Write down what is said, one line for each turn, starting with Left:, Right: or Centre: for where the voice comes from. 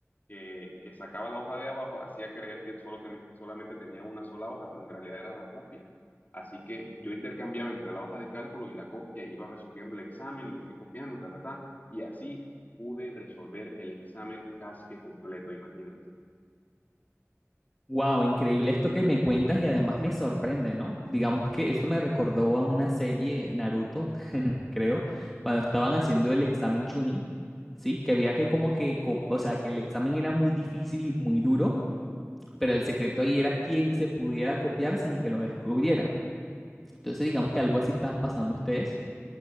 Left: Que, que sacaba la hoja de abajo, hacía creer que solo ten- solamente tenía una sola hoja, pero en realidad era la copia. Así que yo intercambiaba entre la hoja de cálculo y la copia, iba resolviendo el examen y me fui copiando, ta, ta, ta, y así pude resolver el examen casi que completo, imagínate.
Centre: Wow, increíble esto que me cuentas y además me sorprende, ¿no? Digamos que eso me recordó a una serie Naruto, <laughs> creo, cuando estaban haciendo el examen Chunin, ¿sí? Que había que como que, co- o sea, que el examen era muy difícil y muy duro, pero el secreto ahí era quién se pudiera copiar sin que lo descubrieran. Entonces, digamos que algo así estaban pasando ustedes.